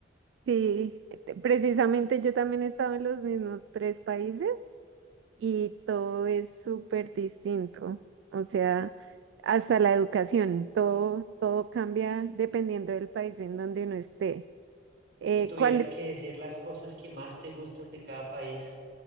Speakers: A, on the right; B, on the right.
A: Sí, este, precisamente yo también he estado en los mismos tres países y todo es súper distinto. O sea, hasta la educación, todo, todo cambia dependiendo del país en donde uno esté. Eh,
B: Si tuvieras
A: ¿cuál,
B: que decir las cosas que más te gustan de cada país,